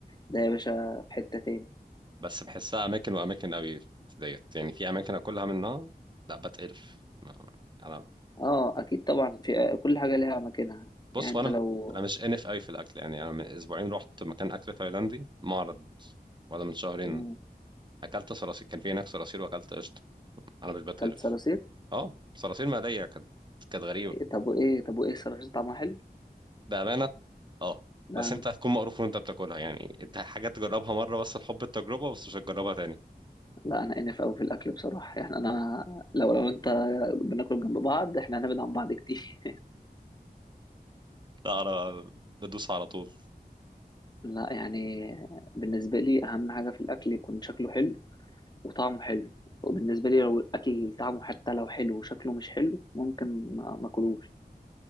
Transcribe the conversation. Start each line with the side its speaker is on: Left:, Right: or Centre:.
Left: ده يا باشا في حتة تاني
Right: بس بحسها اماكن واماكن قوي في ديت يعني في اماكن اكلها منها لا بتقرف ما- انا
Left: اه اكيد طبعا في كل حاجة ليها مكانها
Right: بص
Left: يعني انت
Right: وانا
Left: لو
Right: انا مش انف قوي في الاكل يعني انا من اسبوعين رحت مكان اكل تايلاندي معرض ولا من شهرين
Left: مم،
Right: اكلت صراصير كان في هناك صراصير واكلت قشطه انا مش بتقرف
Left: كلت صراصير
Right: اه صراصير مقليه كانت كانت غريبه
Left: إيه، طب وايه طب وايه الصراصير طعمها حلو
Right: بأمانة اه بس
Left: لا أنا-
Right: انت هتكون مقروف وانت بتاكلها يعني انت حاجة تجربها مرة بس لحب التجربة بس مش هتجربها تاني
Left: لا انا انف قوي في الاكل بصراحة يعني انا لو لو انت بناكل جنب بعض احنا هنبعد عن بعض كتير
Right: لا انا بدوس على طول
Left: لا يعني بالنسبة لي أهم حاجة في الأكل يكون شكله حلو وطعمه حلو وبالنسبة لي لو الأكل طعمه حتى لو حلو وشكله مش حلو ممكن ما ما أكلوش